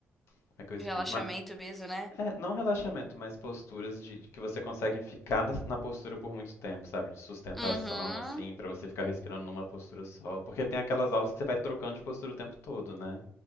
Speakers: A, on the left (about 75°); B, in the centre.
A: como é que eu
B: De
A: explico?
B: relaxamento
A: Ma-
B: mesmo, né?
A: é, não relaxamento, mas posturas de que você consegue ficar nas- na, postura por muito tempo, sabe? De sustentação,
B: Uhum.
A: assim, pra você ficar respirando numa postura só. Porque tem aquelas aulas que você vai trocando de postura o tempo todo, né?